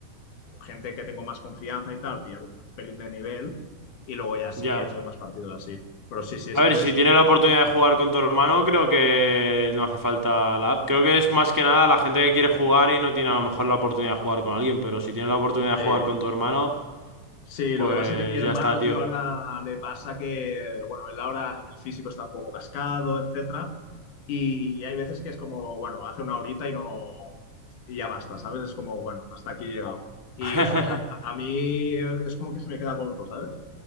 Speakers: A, on the left (about 75°); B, on the right (about 30°).
A: con gente que tengo más confianza y tal, pillar un pelín de nivel y luego ya sí
B: Ya.
A: echar más partido así. Pero sí, sí, es
B: A
A: interesante.
B: ver, si tienes la oportunidad de jugar con tu hermano, creo que no hace falta la app. Creo que es más que nada la gente que quiere jugar y no tiene a lo mejor la oportunidad de jugar con alguien, pero si tienes la oportunidad de
A: Sí.
B: jugar con tu hermano,
A: Sí,
B: pues
A: lo que pasa es que mi hermano,
B: ya está, tío.
A: tío, ahora le pasa que, bueno, él ahora a nivel físico está un poco cascado, etcétera. Y hay veces que es como, bueno, hace una horita y no, y ya basta, ¿sabes? Es como, bueno, hasta aquí he llegado. Y,
B: <laughs>
A: o sea, a, a mí es como que se me queda corto, ¿sabes?